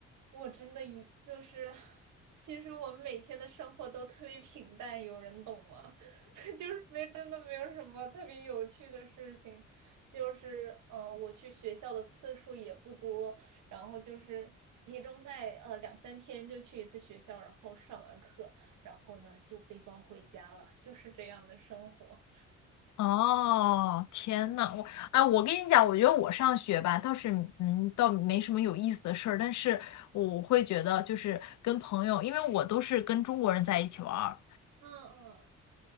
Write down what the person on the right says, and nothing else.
我真的一就是，其实我们每天的生活都特别平淡，有人懂吗？<laughs> 就是没真的没有什么特别有趣的事情，就是呃，我去学校的次数也不多，然后就是集中在呃两三天就去一次学校，然后上完课，然后呢就背包回家了，就是这样的生活。
嗯嗯，